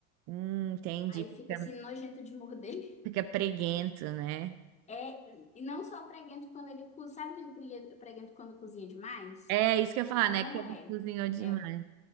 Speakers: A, on the right; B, on the left.
A: hum, entendi.
B: Aí
A: Fica,
B: fica assim nojento de morder.
A: fica preguento, né?
B: É, e não só preguento quando ele cozinha. Sabe aquele pregue- preguento quando cozinha demais?
A: É isso que eu ia falar,
B: Não
A: né? Que eu
B: é.
A: cozinhou demais.
B: É,